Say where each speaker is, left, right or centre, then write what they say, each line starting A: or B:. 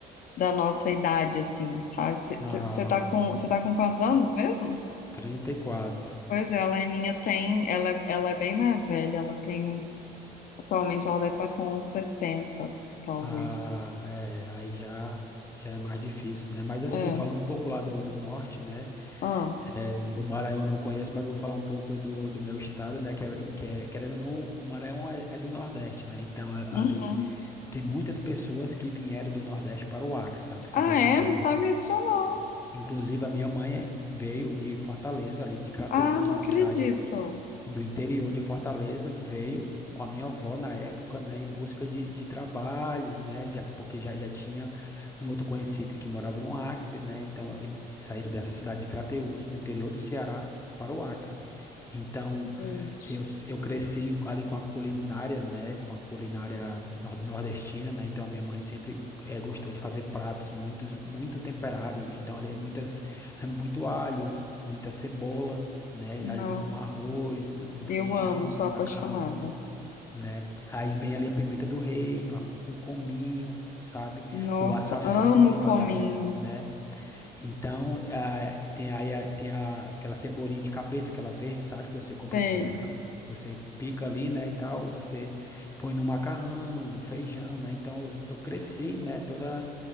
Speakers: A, on the left; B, on the left.
A: da nossa idade, assim, sabe? Você
B: Ah,
A: tá com, você tá com quantos anos mesmo?
B: 34.
A: Pois é, a Leninha tem, ela, é- ela é bem mais velha, ela tem uns, atualmente ela deve estar com uns 60, talvez.
B: Ah, é, aí já, já é mais difícil, né? Mas assim,
A: É,
B: falando um pouco lá do, do norte, né?
A: ah,
B: É, o Maranhão eu não conheço, mas eu vou falar um pouco do, do meu estado, né? Que é, que é, querendo ou não, o Maranhão é, é do Nordeste, né? Então a-
A: uhum.
B: ali tem muitas pessoas que vieram do Nordeste para o Acre, sabe? Fazer
A: Ah,
B: família.
A: é? Não sabia disso não.
B: Sim. Inclusive a minha mãe é- veio de Fortaleza, ali de Crateús,
A: Ah, não
B: uma
A: acredito.
B: cidade do interior de Fortaleza, veio com a minha avó na época, né, em busca de, de trabalho, né, já, porque já, já tinha um outro conhecido que morava no Acre, né, então eles saíram dessa cidade de Crateús, no interior do Ceará, para o Acre. Então,
A: Gente,
B: eu, s- eu cresci ali com a culinária, né, com a culinária nor- nordestina, né, então a minha mãe sempre eh, gostou de fazer pratos muito, muito temperado né, então ali é muitas, é muito alho, muita cebola, né?
A: nossa,
B: Ali no, no arroz, no, no feijão,
A: eu amo, sou
B: no macarrão,
A: apaixonada.
B: né? Aí vem ali a pimenta do reino, a cu- o cominho, sabe?
A: Nossa,
B: O açafrão
A: amo
B: ali
A: o
B: para
A: cominho,
B: dar um, né? Então, ah, tem aí a- tem a- aquela cebolinha de cabeça, aquela verde, sabe? Que você compra
A: sei.
B: no supermercado, e você pica ali, né? E tal, e você põe no macarrão, no feijão, né? Então, eu, eu cresci, né? toda